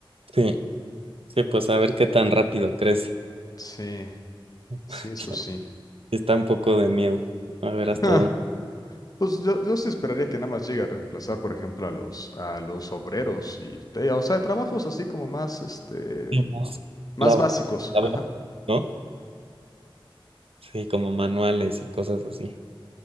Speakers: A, on the right (about 90°); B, on the left (about 40°).
A: Sí. Sí, pues a ver qué tan rápido crece.
B: Sí,
A: <laughs>
B: sí, eso sí. <laughs>
A: Está un poco de miedo. A ver hasta
B: Ah,
A: dónde.
B: pues yo, yo sí esperaría que nada más llegue a reemplazar, por ejemplo, a los, a los obreros y, te- o sea, trabajos así como más, este,
A: Sí, más.
B: más
A: La,
B: básicos.
A: bo- la
B: Ajá.
A: boca, ¿no? Sí, como manuales y cosas así.